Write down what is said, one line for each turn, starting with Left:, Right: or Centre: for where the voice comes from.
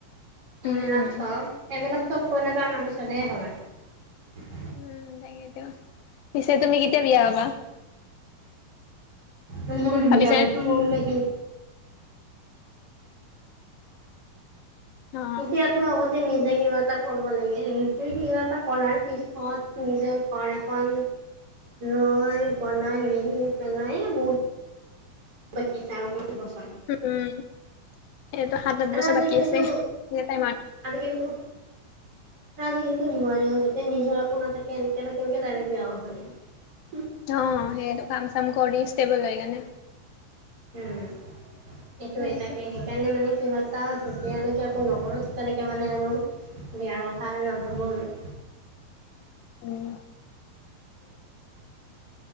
Left: উম
Right: এইবিলাক চব এইবিলাক চব কইনাটো অনাৰ পিছতহে হয়।
Left: উম, তাকেতো, পিছে তুমি কেতিয়া বিয়া হবা
Right: এিয়
Left: ভাবিছানে
Right: ম <unintelligible>
Left: অ
Right: এতিয়াতো আগতে নিজে কিবা এটা কৰিব লাগে, নিজেই কিবা এটা কৰাৰ পিছত নিজৰ ঘৰ এখন লৈ বনাই মেলি পেলাই বহুত বাকী আছে আৰু অকমান বছৰ
Left: উম, এইটো সাত আঠ
Right: এনেই
Left: বছৰ
Right: আজি
Left: বাকী
Right: কালিটো
Left: আছে তাই মান
Right: আজি কালিটো আজিকালিটো নোৱাৰিও যতে নিজৰ একো নাথাকে এনেকনো কেনেকে ডাইৰেক্ট বেয়া হ'ব লাগে।
Left: অ সেইটো কাম চাম কৰি ষ্টেবল হৈ কেনে
Right: উম, এইটোয়ে
Left: সেইটো
Right: তাকে সেইকাৰণে মানে কিবা তাত যেতিয়া এনেকৈ একো নকৰোঁ তেতিয়ালৈকৈ মানে আৰু বিয়াৰ কথা আৰু নাভাবোঁ আৰু <inaudible>
Left: উম